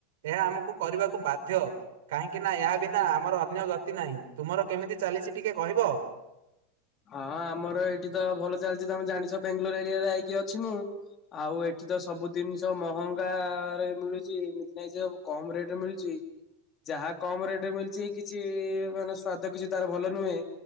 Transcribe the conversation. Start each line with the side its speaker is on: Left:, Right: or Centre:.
Right: ଏହା ଆମକୁ କରିବାକୁ ବାଧ୍ୟ। କାହିଁକି ନା ଏହା ବିନା ଆମର ଅନ୍ୟ ଗତି ନାହିଁ। ତୁମର କେମିତି ଚାଲିଛି ଟିକେ କହିବ?
Left: ହଁ ଆମର ଏଇଠି ତ ଭଲ ଚାଲିଚି। ତୋମେ ଜାଣିଛ ବେଙ୍ଗଲୋର ଏରିଆରେ ଆଇକି ଅଛି ମୁଁ। ଆଉ ଏଠି ତ ସବୁ ଜିନିଷ ମହଙ୍ଗା ରେ ମିଳୁଛି ଏମିତି ନାଇଁ ଯେ ସବୁ କମ ରେଟ୍ ରେ ମିଳୁଚି। ଯାହା କମ ରେଟ୍ ରେ ମିଳିଛି ଏଇ କିଛି ମାନେ ସ୍ଵାଦ କିଛି ତାର ଭଲ ନୁହେଁ।